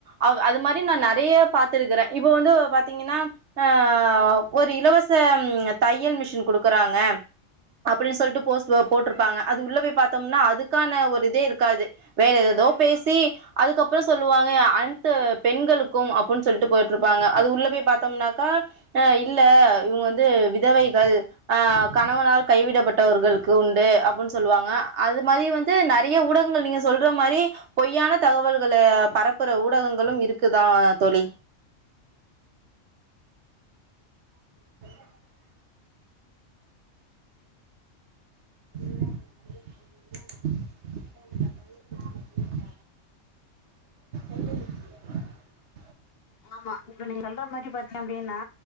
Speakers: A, on the right; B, on the left.
A: அவ அது மாரி நா நெறைய பாத்துருக்குறே இப்போ வந்து பாத்தீங்கன்னா ஆ ஒரு இலவச தையல் மிஷின் குடுக்குறாங்க அப்டினு சொல்லிட்டு போஸ்ட் போட்ருப்பாங்க அது உள்ள போய் பாத்தோம்னா அதுக்கான ஒரு இதே இருக்காது வேற எததோ பேசி அதுக்கப்பறோ சொல்லுவாங்க அனைத்து பெண்களுக்கும் அப்புனு சொல்லிட்டு போட்டுருப்பாங்க அது உள்ள போய் பாத்தோம்னாக்கா அ இல்ல இவுங்க வந்து வித் விதவைகள் அ கணவனால் கைவிடப்பட்டவர்களுக்கு உண்டு அப்டினு சொல்லுவாங்க அது மாரி வந்து நெறைய ஊடகங்கள் நீங்க சொ சொல்ற மாரி பொய்யான தகவல் கல பரப்புற ஊடகங்களும் இருக் க்குதா தோழி <inaudible> <inaudible> <inaudible>
B: ஆமா இப்ப நீங்க சொல்ற மாரி பாத்தீங்க அப்படின்னா